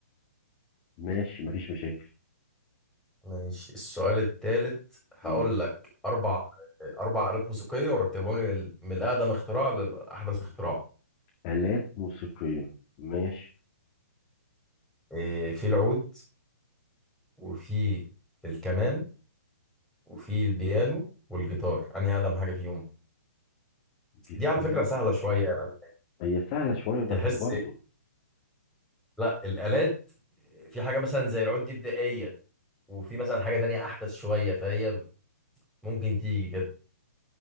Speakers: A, on the left; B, in the centre.
A: ماشي مفيش مشاكل
B: ماشي السؤال التالت هقول
A: مم.
B: لك أربع أربع آلات موسيقية ورتبهم لي من من الأقدم اختراع لأحدث اختراع
A: آلات موسيقية ماشي
B: إيه، في العود وفي الكمان وفي البيانو والجيتار أنهي أقدم حاجة فيهم
A: جيتار
B: دي على فكرة سهلة شوية يعني
A: هي سهلة شوية بس
B: تحس
A: برضه
B: لا الآلات في حاجة مثلا زي العود دي بدائية وفي مثلا حاجة تانية أحدث شوية فهي ممكن تيجي كده